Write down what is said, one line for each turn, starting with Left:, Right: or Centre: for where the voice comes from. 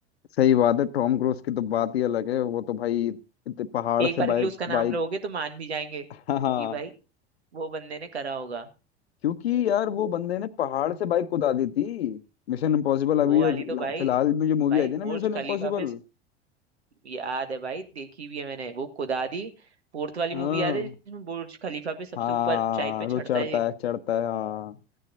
Left: सही बात है टॉम क्रूज की तो बात ही अलग है वो तो भाई इतने पहाड़
Right: एक
Left: से
Right: बार
Left: बाइक
Right: के लिए उसका नाम
Left: बाइक
Right: लोगे तो मान भी जाएंगे
Left: <laughs> हाँ हाँ,
Right: कि भाई वो बंदे ने करा होगा
Left: क्योंकि यार वो बंदे ने पहाड़ से बाइक कुदा दी थी मिशन इम्पॉसिबल अभी
Right: वो वाली
Left: जो-
Right: तो भाई
Left: फिलहाल में जो मूवी
Right: भाई
Left: आई थी ना
Right: बुर्ज
Left: मिशन
Right: खलीफा
Left: इम्पॉसिबल
Right: पे स- याद है भाई देखी भी है मैंने वो कुदादी फोर्थ वाली
Left: हाँ
Right: मूवी याद है जिसमें बुर्ज खलीफा पे सबसे
Left: हाँ
Right: ऊपर ऊंचाई पे चढ़ता
Left: वो चढ़ता
Right: है ये
Left: है चढ़ता है हाँ